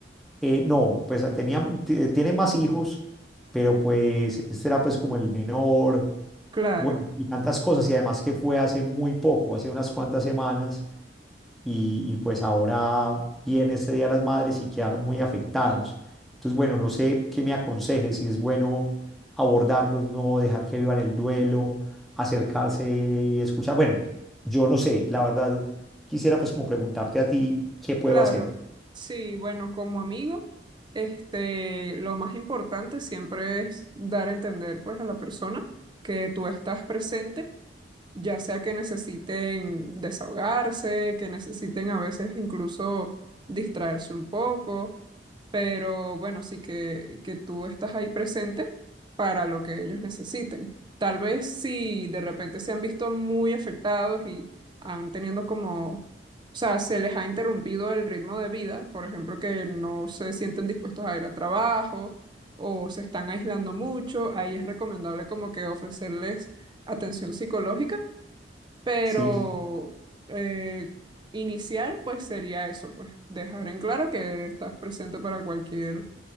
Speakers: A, in the centre; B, on the right (about 25°).
A: eh, no, pues tenía, ti- tiene más hijos, pero pues este era pues como el menor,
B: Claro,
A: bueno, y tantas cosas y además que fue hace muy poco, hace unas cuantas semanas. y, y pues ahora viene este Día de las Madres y quedaron muy afectados. Entonces, bueno, no sé qué me aconseje, si es bueno abordarlos, no dejar que vivan el duelo, acercarse y escuchar. Bueno, yo no sé, la verdad, quisiera pues como preguntarte a ti, ¿qué puedo
B: claro.
A: hacer?
B: Sí, bueno, como amigo, este, lo más importante siempre es dar a entender, pues, a la persona que tú estás presente ya sea que necesiten desahogarse, que necesiten a veces incluso distraerse un poco, pero bueno, sí que, que tú estás ahí presente para lo que ellos necesiten. Tal vez si de repente se han visto muy afectados y han tenido como, o sea, se les ha interrumpido el ritmo de vida, por ejemplo, que no se sienten dispuestos a ir a trabajo o se están aislando mucho, ahí es recomendable como que ofrecerles atención psicológica pero
A: Sí,
B: eh, iniciar, pues sería eso, pues dejar en claro que estás presente para cualquier